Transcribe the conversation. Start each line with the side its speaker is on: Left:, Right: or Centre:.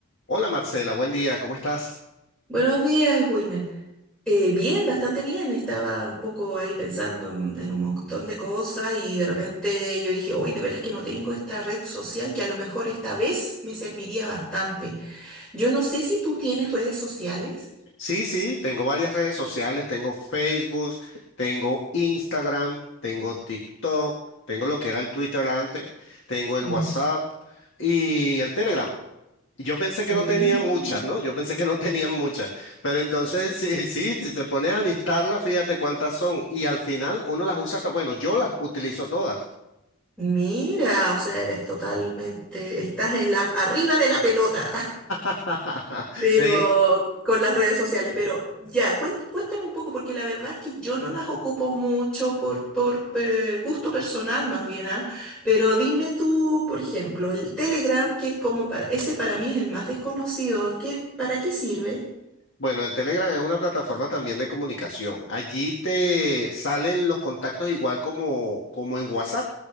Left: Hola Marcela, buen día, ¿cómo estás?
Centre: Buenos días, Wilmer. Eh, bien, bastante bien. Estaba un poco ahí pensando en, en un montón de cosas y de repente yo dije, hoy de veras que no tengo esta red social que a lo mejor esta vez me serviría bastante. Yo no sé si tú tienes redes sociales.
Left: Sí, sí, tengo varias redes sociales, tengo Facebook, tengo Instagram, tengo TikTok, tengo lo que era el Twitter antes, tengo el
Centre: Mm.
Left: WhatsApp y el Telegram. Y Yo pensé que
Centre: Mm.
Left: no tenía muchas, ¿no? Yo pensé que no <laughs> tenían muchas, pero entonces sí, sí, si te pones a listarlas, fíjate cuántas son y al final uno las usa, to- bueno, yo las utilizo todas.
Centre: Mira, o sea, eres totalmente, estás en la, arriba de la pelota.
Left: <laughs>
Centre: pero
Left: Me di-
Centre: con las redes sociales, pero ya, cuen- cuéntame un poco, porque la verdad es que yo no las ocupo mucho por, por eh, gusto personal más bien, ¿ah? Pero dime tú, por ejemplo, el Telegram, que es como para, ese para mí es el más desconocido, ¿qué, para qué sirve?
Left: Bueno, el Telegram es una plataforma también de comunicación. Allí te salen los contactos igual como, como en WhatsApp